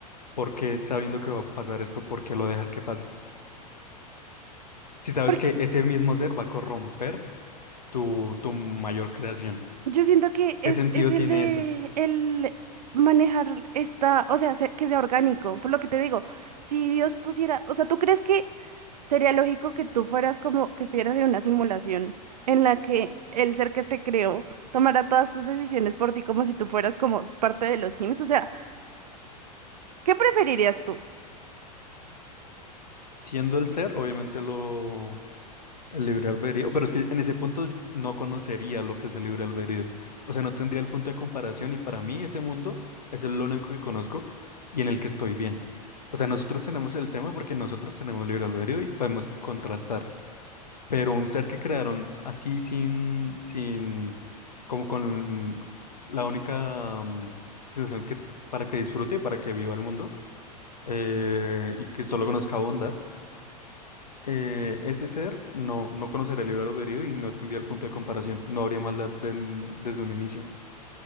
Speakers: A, on the left; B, on the right.
A: ¿Por qué, sabiendo que va a pasar esto, por qué lo dejas que pase? si sabes
B: Porque
A: que ese mismo ser va a corromper tu, tu mayor creación.
B: yo siento que
A: ¿Qué
B: es,
A: sentido
B: es el
A: tiene
B: de
A: eso?
B: el manejar esta, o sea, se- que sea orgánico, por lo que te digo, si Dios pusiera, o sea, ¿tú crees que sería lógico que tú fueras como que estuvieras en una simulación en la que el ser que te creó tomara todas tus decisiones por ti como si tú fueras como parte de los Sims? O sea, ¿qué preferirías tú?
A: Siendo el ser, obviamente lo el libre albedrío, pero es que en ese punto no conocería lo que es el libre albedrío. O sea, no tendría el punto de comparación y para mí ese mundo es el único que conozco y en el que estoy bien. O sea, nosotros tenemos el tema porque nosotros tenemos libre albedrío y podemos contrastar. Pero un ser que crearon así sin, sin, como con la única mm, sensación que para que disfrute y para que viva el mundo eh, y que solo conozca bondad, eh, ese ser no, no conocería el libre albedrío y no tendría el punto de comparación, no habría maldad de- desde un inicio.